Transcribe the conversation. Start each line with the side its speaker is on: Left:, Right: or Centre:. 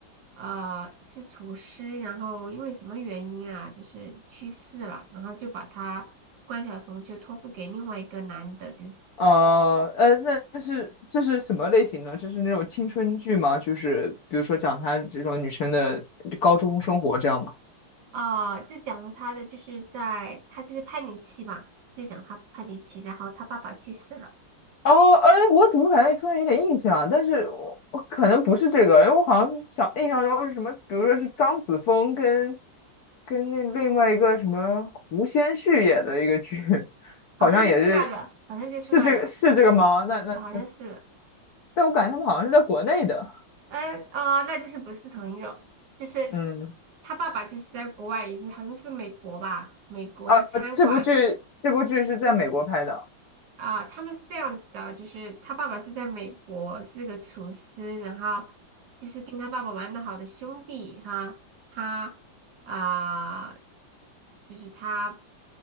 Right: 呃是厨师，然后因为什么原因啊，就是去世了，然后就把他关晓彤就托付给另外一个男的，就是。
Left: 呃，呃，那那是这是什么类型的？这是那种青春剧吗？就是比如说讲她这种女生的高中生活这样吗？
Right: 啊、就讲了他的，就是在他就是叛逆期嘛，就讲他叛逆期，然后他爸爸去世了，
Left: 哦，哎，我怎么感觉突然有点印象？但是我我可能不是这个，因为我好像想印象中是什么，比如说是张子枫跟跟那另外一个什么胡先煦演的一个剧，<laughs>
Right: 好像就是那个，
Left: 好像也是
Right: 好像就是那个，
Left: 是这个是这个吗？那那。
Right: 好像是，
Left: 但我感觉他们好像是在国内的。
Right: 嗯啊、那就是不是同一个，就是
Left: 嗯，
Right: 他爸爸就是在国外，也是好像是美国吧，美国的餐馆。
Left: 啊，这部剧这部剧是在美国拍的。
Right: 啊，他们是这样子的，就是他爸爸是在美国，是个厨师，然后就是跟他爸爸玩的好的兄弟哈，他啊，就是他